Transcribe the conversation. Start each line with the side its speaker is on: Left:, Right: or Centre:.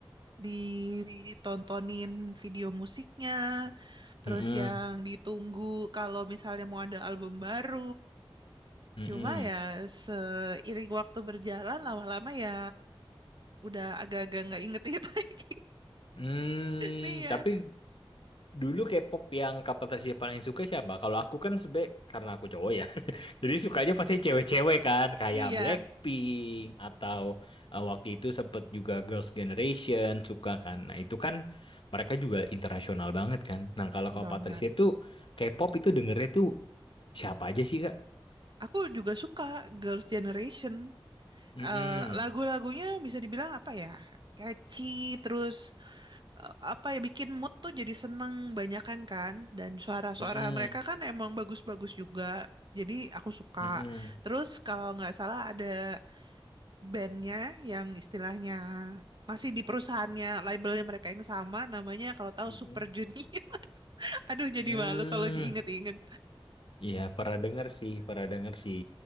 Right: ditontonin video musiknya, terus
Left: Mm-mm.
Right: yang ditunggu kalau misalnya mau ada album baru.
Left: Mm-mm.
Right: Cuma ya seiring waktu berjalan lama-lama ya udah agak-agak nggak inget-inget <laughs> lagi.
Left: Hmm,
Right: Nih ya,
Left: tapi dulu K-pop yang Kak Patricia paling suka siapa? Kalau aku kan sebe karena aku cowok ya. Jadi sukanya pasti cewek-cewek kan, kayak
Right: iya
Left: Blackpink atau eh, waktu itu sempet juga Girls' Generation suka kan. Nah itu kan mereka juga internasional banget kan. Nah kalau kalau
Right: banget.
Left: Patricia itu K-pop itu dengernya tuh siapa aja sih Kak?
Right: Aku juga suka Girls' Generation.
Left: Mm-mm,
Right: Eh, lagu-lagunya bisa dibilang apa ya? Catchy, terus eh, apa ya bikin mood tuh jadi seneng banyakan kan. Dan suara-suara
Left: mm-mm,
Right: mereka kan emang bagus-bagus juga. Jadi aku suka.
Left: mm-mm,
Right: Terus kalau nggak salah ada bandnya yang istilahnya masih di perusahaannya labelnya mereka yang sama namanya kalau tahu
Left: mm-mm,
Right: Super Junior <laughs> aduh jadi
Left: mm.
Right: malu kalau diinget-inget
Left: Iya pernah denger sih, pernah denger sih.